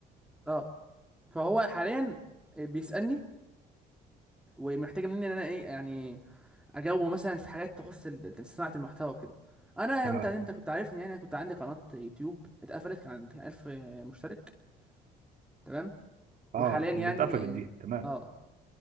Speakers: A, in the centre; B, on the right.
A: اه فهو حاليا بيسألني ومحتاج مني ان انا ايه يعني اجاوبه مثلا في حاجات تخص ال- صناعه المحتوى كده انا
B: تمام
A: انت انت كنت عارفني يعني انا كنت عندي قناه يوتيوب اتقفلت كان عندي 1000 مشترك تمام
B: اه
A: وحاليا يعني
B: اللي اتقفلت دي تمام
A: اه آه.